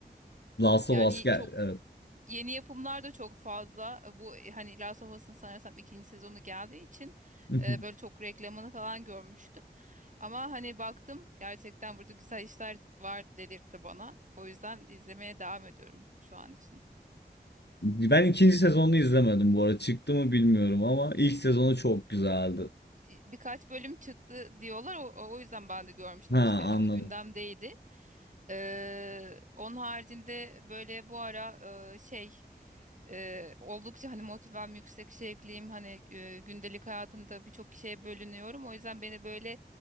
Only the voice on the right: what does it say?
yani
çok
Yeni yapımlar da çok fazla. Bu hani Last of Us'ın sanırsam ikinci sezonu geldiği için
e, böyle çok reklamını falan görmüştüm. Ama hani baktım gerçekten burada güzel işler var dedirtti bana. O yüzden izlemeye devam ediyorum şu an için.
birkaç bölüm çıktı diyorlar. O, o o yüzden ben de görmüştüm
işte
hani gündemdeydi. Ee, onun haricinde böyle bu ara e, şey e, oldukça hani motivem yüksek şevkliyim hani e, gündelik hayatımda birçok şeye bölünüyorum. O yüzden beni böyle